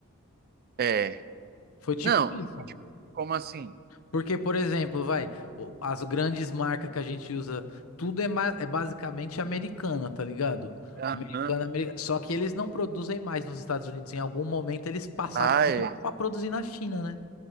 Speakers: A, on the right (about 45°); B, on the left (about 75°).
A: É,
B: Foi tipo
A: Não,
B: isso.
A: como assim?
B: Porque, por exemplo, vai, o- as grandes marcas que a gente usa, tudo é, ma- é basicamente americana, tá ligado?
A: Aham.
B: Americana, ameri- só que eles não produzem mais nos Estados Unidos. Em algum momento eles passaram
A: Ah,
B: tudo
A: é.
B: pra produzir na China, né?